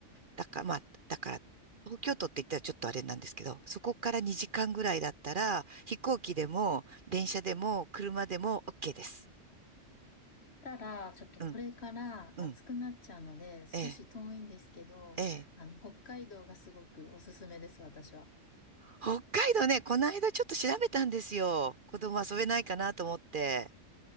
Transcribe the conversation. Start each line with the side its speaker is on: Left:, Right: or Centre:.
Right: だから、まあ、だから、東京都って言ったらちょっとあれなんですけど、そこから2時間ぐらいだったら、飛行機でも、電車でも、車でも OK です。
Left: ただ、ちょっとこれから暑くなっちゃうので、
Right: うん、うん、
Left: 少し遠いんですけど、
Right: ええ、ええ。
Left: あの、北海道がすごくおすすめです、私は。
Right: 北海道ね、この間ちょっと調べたんですよ。子供遊べないかなと思って。